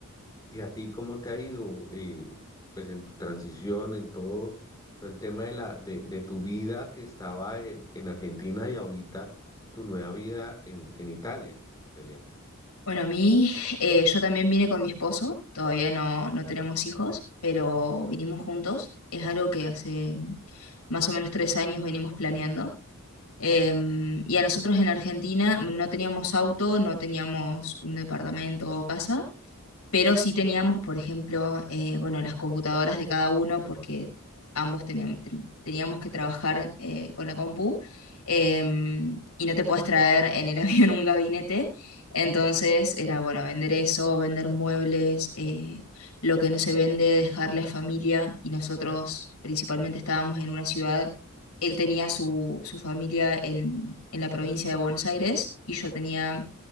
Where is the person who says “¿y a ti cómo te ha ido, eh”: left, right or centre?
Left